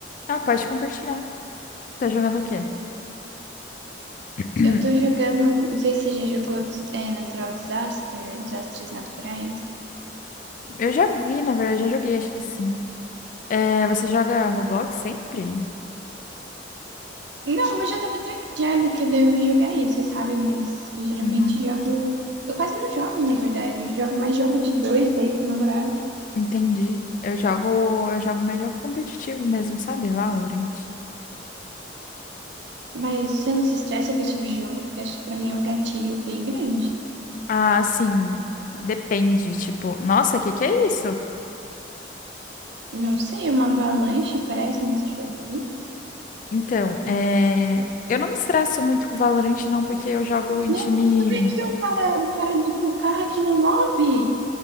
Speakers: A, on the left (about 45°); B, on the right (about 65°).
A: Ah, pode compartilhar. Tá jogando o quê? <clears throat>
B: Eu tô jogando, não sei se você já jogou des- é, Natural Disaster, Desastres Naturais.
A: Eu já vi, na verdade, já joguei, acho que sim. É, você joga Roblox sempre?
B: Não, hoje eu tava tão entediada que daí eu vim jogar isso, sabe? Mas eu geralmente
A: Uhum,
B: jogo. Eu quase não jogo, na verdade. Eu jogo mais jogo de dois daí com o namorado.
A: entendi. Eu jogo, eu jogo mais jogo competitivo mesmo, sabe? Valorant.
B: Mas você não se estressa com esse tipo de jogo, porque acho que pra mim é um gatilho bem grande.
A: Ah, sim, depende, tipo, nossa, que que é isso?
B: Não sei, uma avalanche parece nesse jogo aqui.
A: Então, é, eu não me estresso muito com Valorant não, porque eu jogo em
B: Meu,
A: time
B: olha aqui o cara, o cara do o carro aqui no lobby.